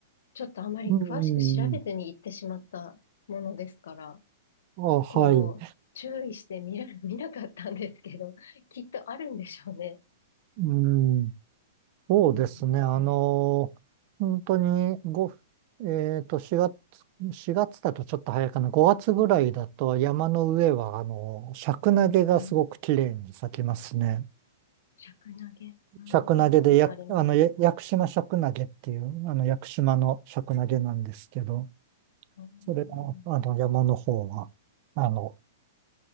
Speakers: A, on the left; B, on the right.
A: ちょっとあまり詳しく調べずに行ってしまったものですから、
B: うん。あ、はい。
A: こう、注意して見な、<laughs> 見なかったんですけど、きっとあるんでしょうね。
B: うん。そうですね。
A: うーん。
B: あの、本当に、ご、えっと、4月、4月だとちょっと早いかな。5月ぐらいだと山の上は、あの、シャクナゲがすごく綺麗に咲きますね。
A: はい。尺投げ。うん、
B: シャクナゲで、
A: 聞いたことあります。
B: や、あの、や屋久島シャクナゲっていう、あの、屋久島のシャクナゲなんですけど、
A: うん。
B: それの、あの、山の方は、あの、